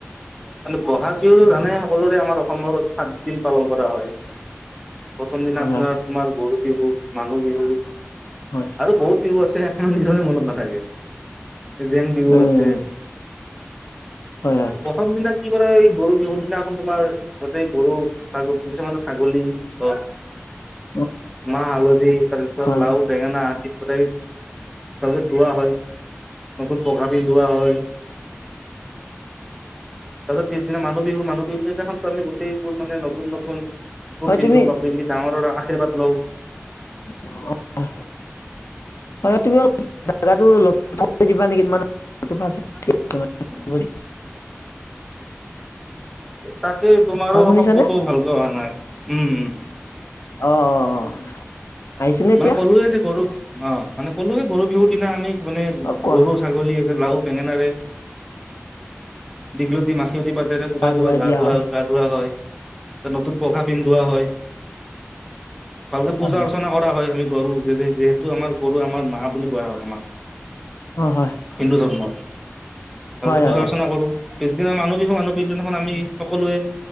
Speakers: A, in the centre; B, on the left.
A: মানে ব'হাগ বিহুতো জানাই সকলোৰে আমাৰ অসমত সাতদিন পালন কৰা হয়, প্ৰথম দিনা
B: হয়
A: আপোনাৰ
B: হয়
A: তোমাৰ গৰু বিহু মানুহ বিহুৰ
B: হয়
A: বহুত বিহু আছে তোমাৰ নিজৰে মনত নাথাকে জেং বিহু
B: উম
A: আছে
B: হয় হয়
A: প্ৰথম দিনা কি কৰা হয় এই গৰু বিহুৰ দিনাখন তোমাৰ গতেই গৰু ছাগ কিছুমান ছাগলী হক
B: <unintelligible>
A: মা হালধি তাৰপিছত
B: হয়
A: লাও বেঙেনা আদি সদায় চবকে ধুৱা হয় নতুন পঘা পিন্ধোৱা হয় তাৰ পিছদিনা মানুহ বিহু মানুহ বিহুনাখনতো আমি গোটেইবোৰ মানে নতুন নতুন কাপোৰ
B: হয়
A: পিন্ধো
B: তুমি
A: কাপোৰ পিন্ধি ডাঙৰৰ আশীৰ্বাদ লওঁ
B: <inaudible> হয় তুমি অলপ যেগাটো দিবা নেকি তোমাৰ <inaudible>
A: <inaudible>
B: মানে বুজি।
A: তাকেই তোমাৰো
B: হয় শুনিছানে?
A: শব্দটো ভালকে অহা নাই, উম', উম '।
B: অ অ অ আহিছেনে
A: মানে
B: এতিয়া?
A: ক'লোয়ে যে গৰু অ মানে ক'লোয়ে গৰু বিহুৰ দিনা আমি মানে
B: অ', কোৱা।
A: গৰু ছাগলী লাও বেঙেনাৰে দীঘলতি মাখিয়তি পাতেৰে কোবাই
B: গা ধুৱাই
A: কোবাই গাধোৱা
B: দিয়া হয়।
A: আৰু গা ধোৱা হয় নতুন পঘা পিন্ধোৱা হয় ভালকে
B: হয়,
A: পূজা আচ ৰচনা কৰা হয় আমি গৰু যিহেতু আমাৰ গৰু আমাৰ মা বুলি কোৱা হয় আমাক
B: হয়।
A: হিন্দু ধৰ্মত ভালকে
B: হয়, হয়,
A: পূজা
B: হয়।
A: অৰ্চনা কৰো পিছদিনা মানুহ বিহু মানুহ পিছদিনাখন আমি সকলোৱে